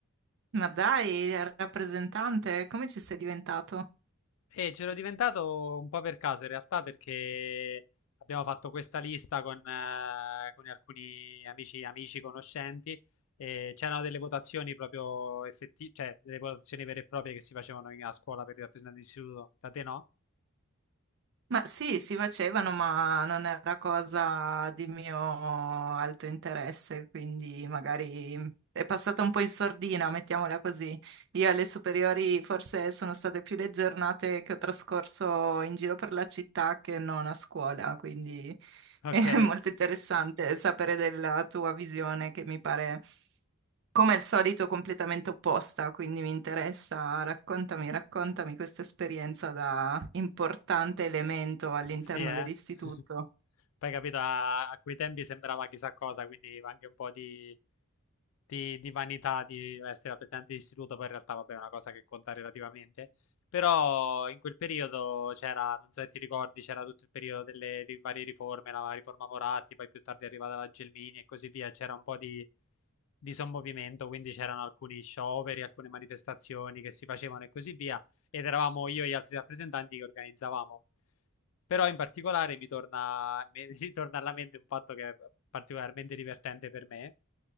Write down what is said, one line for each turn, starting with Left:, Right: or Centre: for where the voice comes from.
Right: Ma dai, rappresentante, come ci sei diventato?
Left: E c'ero diventato un po' per caso in realtà perché abbiamo fatto questa lista con, eh, con alcuni amici, amici, conoscenti e c'erano delle votazioni proprio effettive, cioè delle votazioni vere e proprie che si facevano in- a scuola per i rappresentanti di istituto. Da te no?
Right: Ma sì, si facevano, ma non era cosa di mio alto interesse, quindi magari mhmm, è passata un po' in sordina, mettiamola così. Io alle superiori forse sono state più le giornate che ho trascorso in giro per la città che non a scuola, quindi <laughs>
Left: Ok,
Right: è molto interessante sapere della tua visione che mi pare come al solito completamente opposta, quindi mi interessa, raccontami, raccontami questa esperienza da importante elemento all'interno
Left: sì, eh.
Right: dell'istituto.
Left: <laughs> Poi capito, a, a quei tempi sembrava chissà cosa, quindi anche un po' di, di, di vanità di essere al presidente di istituto, poi in realtà vabbè è una cosa che conta relativamente. Però in quel periodo c'era, non so se ti ricordi, c'era tutto il periodo delle ri- varie riforme, la riforma Moratti, poi più tardi è arrivata la Gelmini e così via, c'era un po' di, di sommovimento, quindi c'erano alcuni scioperi, alcune manifestazioni che si facevano e così via ed eravamo io e gli altri rappresentanti che organizzavamo. Però in particolare mi torna, <laughs> mi ritorna alla mente un fatto che è particolarmente divertente per me,